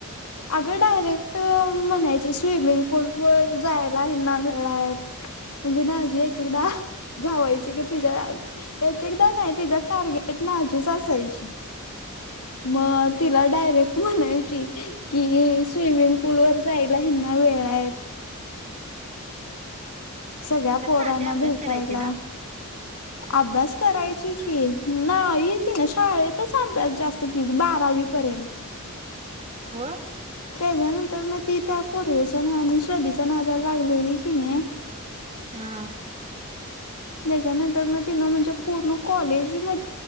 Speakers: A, on the left; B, on the right.
A: अगं डायरेक्ट म्हणायची स्विमिंग पूल व जायला आहेना वेळा हाईट. म्हणजे माझे एक एकदा गावायची ग तिच्यात. एक एकदा नाही तिचा टार्गेट नाझीच असायची मग. तिला डायरेक्ट म्हणायची कि ही स्विमिंग पूल वर जायला ह्यांना वेळ आहेत. सगळ्या
B: खरं
A: पोरांना
B: ना आजी अभ्यास
A: भेटायला.
B: करायची ना
A: अभ्यास करायची की नाही तीन ना शाळेतच अभ्यास जास्त केली बारावी. पर्यंत.
B: होय.
A: त्याच्यानंतर ना ती त्या पोरग्या च्या नादी आणि श्रद्धेच्या नादला लागलेली कि नाही.
B: हा,
A: त्याच्यानंतर ना तिनं म्हणजे पूर्ण कॉलेज म